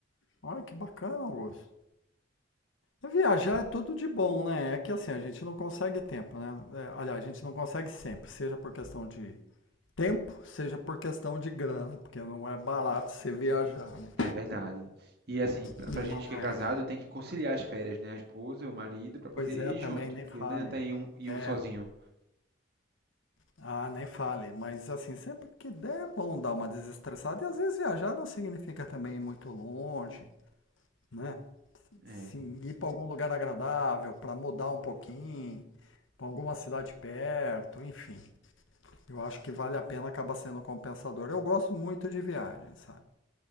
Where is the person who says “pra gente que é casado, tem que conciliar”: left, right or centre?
Right